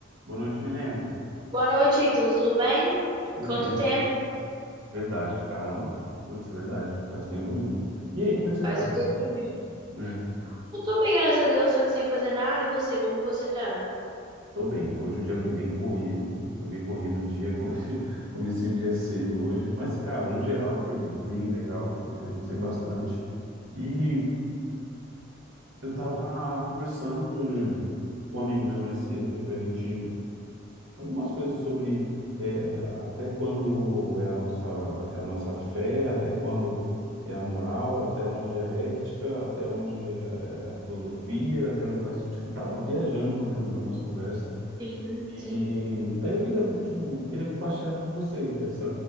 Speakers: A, on the right; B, on the right.
A: Boa noite, Milena.
B: Boa noite, Ítalo. Tudo bem?
A: Beleza.
B: Quanto tempo?
A: Verdade, caramba. Putz, verdade. Faz tempo mesmo. E aí, como é que você
B: Faz
A: tá?
B: um tempinho.
A: É,
B: Eu tô bem, graças a Deus, só que sem fazer nada. E você, como você tá?
A: tô bem. Hoje o dia foi bem corrido. Foi bem corrido o dia. <laughs> Comecei, comecei o dia cedo hoje. Mas, cara, no geral foi bem legal, né? Eu Gostei bastante. E eu tava conversando com, com um amigo meu mais cedo, referente algumas coisas sobre é, até quando é a nossa, é a nossa fé, até quando é a moral, até onde é a ética, até onde é, é a filosofia, até onde vai. Tipo, tava viajando com um amigo meu numa conversa.
B: Sim,
A: E
B: sim.
A: aí eu queria, tipo, queria compartilhar com você essa,